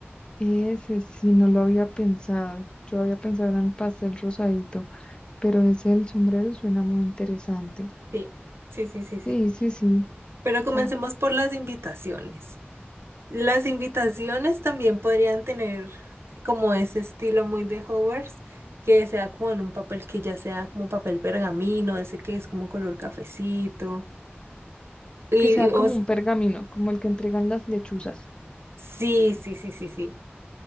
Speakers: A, on the left; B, on the right.
A: Ese sí, no lo había pensado. Yo había pensado en el pastel rosadito, pero ese del sombrero suena muy interesante.
B: Sí, sí, sí, sí, sí.
A: Sí, sí, sí.
B: Pero comencemos
A: Ah,
B: por las invitaciones. Las invitaciones también podrían tener como ese estilo muy de Hogwarts, que sea como en un papel que ya sea como papel pergamino, ese que es como color cafecito. Y,
A: que sea
B: y os-
A: como un pergamino, como el que entregan las lechuzas.
B: sí, sí, sí, sí, sí.